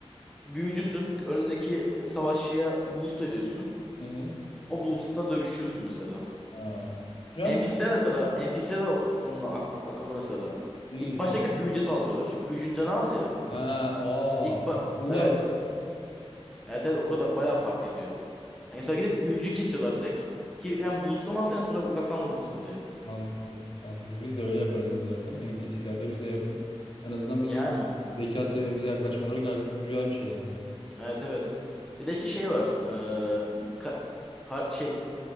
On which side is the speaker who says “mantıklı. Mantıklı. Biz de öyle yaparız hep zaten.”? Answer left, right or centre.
Left